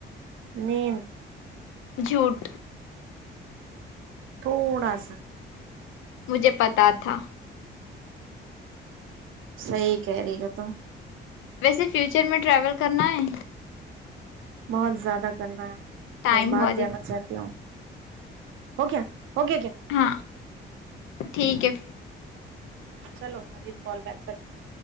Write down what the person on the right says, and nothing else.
نیند
تھوڑا سا
سحی کہہ رہی ہے تو
بہت زیادہ کرنا ہے
بس باہر
جانا
چاہتی ہوں ہو کیایا اوکے اوکے
چلو ابھی کال بیک کرتی ہ